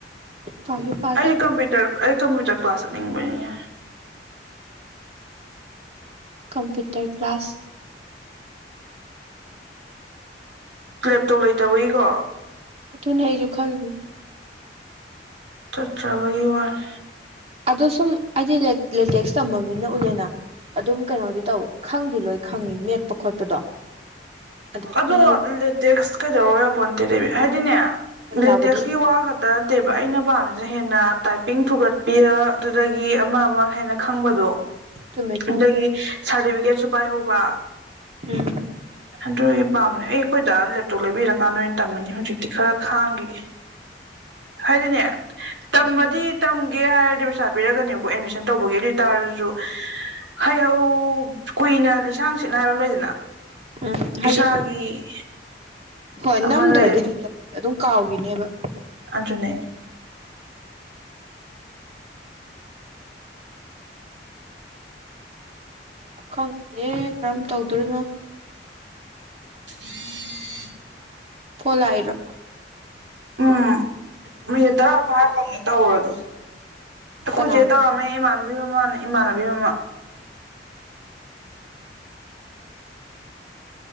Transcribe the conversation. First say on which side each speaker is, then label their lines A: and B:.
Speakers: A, on the right; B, on the right.
A: ꯄꯥꯒꯦ ꯄꯥꯒꯦ
B: ꯑꯩꯒꯤ ꯀꯝꯄ꯭ꯌꯨꯇꯔ ꯑꯩ ꯀꯝꯄ꯭ꯌꯨꯇꯔ ꯀ꯭ꯂꯥꯁ ꯆꯠꯅꯤꯡꯕꯅꯤ
A: ꯀꯝꯄ꯭ꯌꯨꯇꯔ ꯀ꯭ꯂꯥꯁ
B: ꯂꯦꯞꯇꯣꯞ ꯂꯩꯇꯕꯩꯀꯣ
A: ꯑꯗꯨꯅꯦ ꯑꯩꯁꯨ ꯈꯜꯂꯤ
B: ꯆꯠꯇ꯭ꯔꯕꯒꯤ ꯋꯥꯅꯤ
A: ꯑꯗꯣ ꯁꯨꯝ ꯑꯩꯗꯤ ꯂꯦꯇꯦꯛꯁ ꯇꯝꯃꯃꯤꯅ ꯎꯠꯂꯦꯅ ꯑꯗꯨꯝ ꯀꯩꯅꯣꯗꯤ ꯇꯧꯋꯦ ꯈꯪꯗꯤ ꯂꯣꯏ ꯈꯪꯉꯦ ꯃꯦꯠꯄ ꯈꯣꯠꯄꯗꯣ ꯑꯗꯒꯤ
B: ꯑꯗꯣ ꯂꯦꯇꯦꯛꯁ ꯀꯩꯗꯧꯔ ꯌꯥꯄꯣꯠꯇꯦ ꯍꯥꯏꯗꯤꯅꯦ
A: ꯍꯣꯏ
B: ꯂꯦꯇꯦꯛꯁꯀꯤ
A: ꯌꯥꯕꯨꯗꯤ
B: ꯋꯥ ꯈꯛꯇ ꯅꯠꯇꯦꯕ ꯑꯩꯅ ꯄꯥꯝꯃꯤ ꯑꯗꯨ ꯍꯦꯟꯅ ꯇꯥꯏꯄꯤꯡ ꯊꯨꯒꯠꯄꯤ ꯑꯗꯨꯗꯒꯤ ꯑꯃ ꯑꯃ ꯍꯦꯟꯅ ꯈꯪꯕꯗꯣ
A: ꯆꯨꯝꯃꯦ ꯆꯨꯝꯃꯦ
B: ꯑꯗꯒꯤ ꯁꯥꯔꯇꯤꯐꯤꯀꯦꯠꯁꯨ ꯄꯥꯏꯍꯧꯕ
A: ꯎꯝ
B: ꯑꯗꯨꯒꯤ ꯄꯥꯝꯕꯅꯦ ꯑꯩ ꯑꯈꯣꯏꯗꯥꯅ ꯂꯦꯞꯇꯣꯞ ꯂꯩꯕꯤꯔꯀꯥꯟꯗ ꯑꯣꯏꯅ ꯇꯝꯃꯅꯤ ꯍꯧꯖꯤꯛꯇꯤ ꯈꯔ ꯈꯥꯡꯒꯤꯒꯦ ꯍꯥꯏꯗꯤꯅꯦ ꯇꯝꯃꯗꯤ
A: ꯎꯝ
B: ꯇꯝ ꯒꯦ ꯍꯥꯏꯔꯗꯤ ꯄꯩꯁꯥ ꯄꯤꯔꯛꯀꯅꯦꯕꯀꯣ ꯑꯦꯗꯃꯤꯁꯟ ꯇꯧꯕꯒꯤ ꯑꯗꯨꯏꯇꯥꯔꯒꯁꯨ ꯍꯩꯍꯧ ꯀꯨꯏꯅ ꯂꯤꯁꯥꯡ ꯁꯤꯠꯅ ꯍꯥꯏꯕ ꯑꯃ ꯂꯩꯗꯅ
A: ꯎꯝ
B: ꯏꯁꯥꯒꯤ
A: ꯍꯥꯏꯗꯤ ꯍꯣꯏ
B: ꯑꯃ
A: ꯅꯝꯗ꯭ꯔꯗꯤ
B: ꯂꯩꯔꯗꯤ
A: ꯍꯩꯇꯕꯅꯤ ꯑꯗꯨꯝ ꯀꯥꯎꯒꯤꯅꯦꯕ
B: ꯑꯗꯨꯅꯦ
A: ꯈꯪꯗꯦ ꯀꯔꯝ ꯇꯧꯗꯣꯔꯤꯅꯣ
B: <inaudible>
A: ꯐꯣꯂꯥꯏꯔꯣ
B: ꯎꯝ ꯃꯤꯅꯤ ꯇꯔꯥ ꯐꯥꯔꯒ ꯇꯧꯔꯗꯤ ꯑꯈꯣꯆꯦ
A: ꯀꯅꯥꯅꯣ
B: ꯇꯔꯃꯦ ꯏꯃꯥꯅ ꯏꯃꯥꯟꯅꯕꯤ ꯃꯃꯥꯅꯦ ꯏꯃꯥꯟꯅꯕꯤ ꯃꯃꯥ